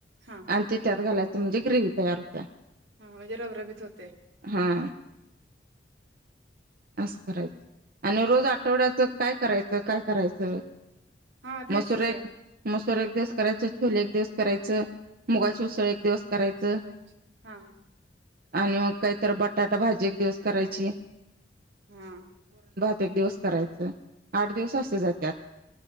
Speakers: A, on the right; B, on the right.
A: हा
B: आणि ते त्यांत घालायचं म्हणजे ग्रेव्ही तयार होत.
A: हां म्हणजे रबरबीत होतें
B: हा असं करायचं आणि रोज
A: हम्म
B: आठवड्याचं कायं करायचं कायं करायचं.
A: हा तेच
B: मंग सुरेक
A: की
B: मंग सुरेक. एक दिवस करायचं छोले एक दिवस करायचं मुंगांची उसळ एक दिवस. करायचं
A: करायची हा
B: आणि मंग काहीत बटाटा भाजी. दिवस करांयंची.
A: हम्म
B: प्रत्येंक दिवस करायचं आंठ दिवस असे जांतांत.